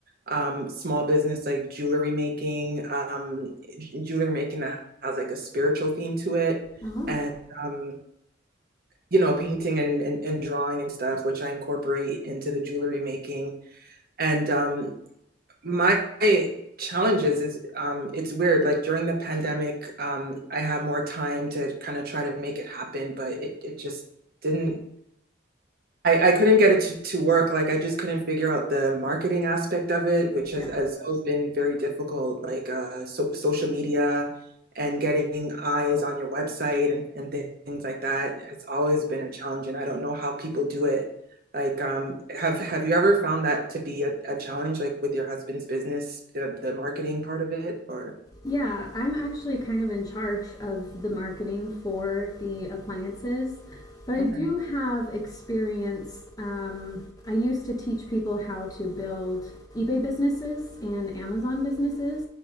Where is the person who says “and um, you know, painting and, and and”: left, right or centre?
Right